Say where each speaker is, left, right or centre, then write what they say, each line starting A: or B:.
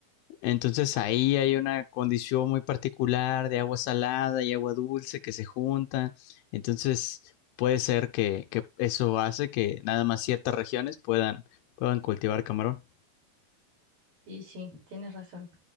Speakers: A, on the left (about 85°); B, on the right (about 65°).
A: Entonces ahí hay una condición muy particular de agua salada y agua dulce que se juntan. Entonces puede ser que, que eso hace que nada más ciertas regiones puedan, puedan cultivar camarón.
B: Y sí, tienes razón.